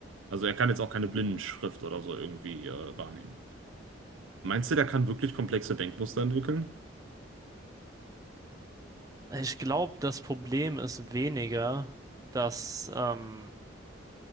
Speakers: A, on the right (about 85°); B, on the right (about 20°).
A: Also er kann jetzt auch keine Blindenschrift oder so irgendwie äh, wahrnehmen. Meinst du, der kann wirklich komplexe Denkmuster entwickeln?
B: ich glaube, das Problem ist weniger, dass, ähm,